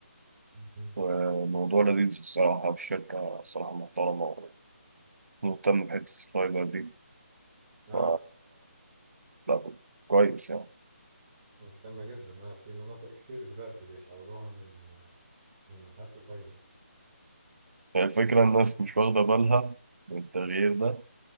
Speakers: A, on the right; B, on the right.
A: مهم.
B: وموضوع لذيذ الصراحة والشركة الصراحة محترمة ومهتمة بحتة الفايبر دي ف
A: آه
B: لا كويس يعني
A: مهتمة جدا آه في مناطق كتير دلوقتي بيحولوها من من نحاس لفايبر
B: هي الفكرة الناس مش واخدة بالها من التغيير ده